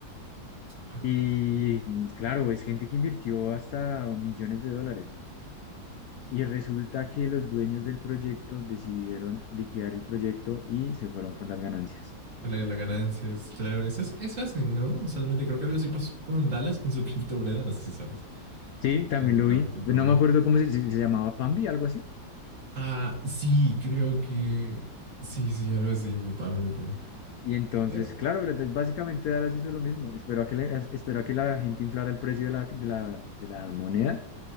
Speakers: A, on the right (about 40°); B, on the left (about 75°).
A: Ah,
B: Y
A: ok.
B: mm, claro, es gente que invirtió hasta millones de dólares. Y resulta que los dueños del proyecto decidieron liquidar el proyecto y se fueron con las ganancias.
A: La, la ganancia es, claro, eso, es, eso hacen, ¿no? Usualmente creo que algo así pasó con Dallas, con su <laughs> criptomoneda, no sé si sabes,
B: Sí, también
A: con
B: lo
A: la
B: vi.
A: criptomoneda.
B: No me acuerdo cómo se, se- se llamaba Pambi, algo así.
A: Ah, sí, creo que, sí, sí, algo así, para mí, para mí.
B: Y entonces,
A: Ya.
B: claro, la- la- básicamente Dallas hizo lo mismo. Esperó a que, le- as- esperó a que la gente inflara el precio de la, de la, de la moneda.